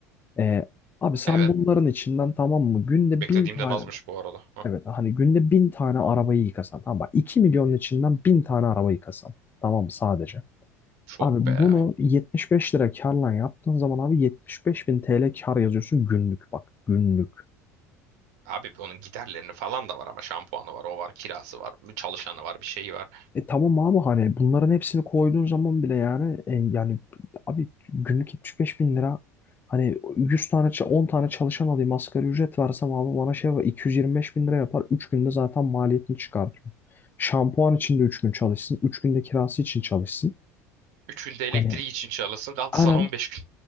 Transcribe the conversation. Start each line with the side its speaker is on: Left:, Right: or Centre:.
Left: Ee, abi sen
Right: evet.
Left: bunların içinden tamam mı günde
Right: Beklediğimden
Left: 1000 tane
Right: azmış bu arada. Hah,
Left: Evet hani günde bin tane arabayı yıkasan tamam bak 2 milyonun içinden bin tane araba yıkasan tamam mı sadece.
Right: çok
Left: Abi bunu
Right: be.
Left: 75 lira karla yaptığın zaman abi 75 bin TL kar yazıyorsun günlük bak günlük.
Right: Abi onun giderlerini falan da var ama şampuanı var, o var, kirası var, çalışanı var, bir şeyi var.
Left: E tamam abi hani bunların hepsini koyduğun zaman bile yani e, yani abi günlük 75 bin lira hani yüz tane ça- 10 tane çalışan alayım asgari ücret versem abi bana şey var 225 bin lira yapar 3 günde zaten maliyetini çıkartıyor. Şampuan için de 3 gün çalışsın 3 günde kirası için çalışsın.
Right: Üçünde
Left: Hani
Right: elektriği için çalışsın, kaldı
Left: aynen
Right: sana 15 gün.